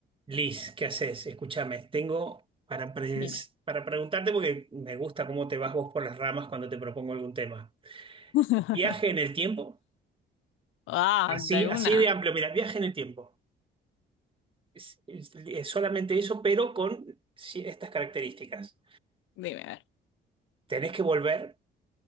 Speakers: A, on the right (about 25°); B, on the left (about 80°).
A: Liz, ¿qué haces? Escúchame, tengo para, pres-
B: Dime.
A: para preguntarte porque me gusta cómo te vas vos por las ramas cuando te propongo algún tema.
B: <laughs>
A: Viaje en el tiempo,
B: Ah,
A: así,
B: de
A: así
B: una.
A: de amplio, mira, viaje en el tiempo. Es, es- es solamente eso, pero con ci- estas características.
B: Dime, a ver.
A: Tenés que volver,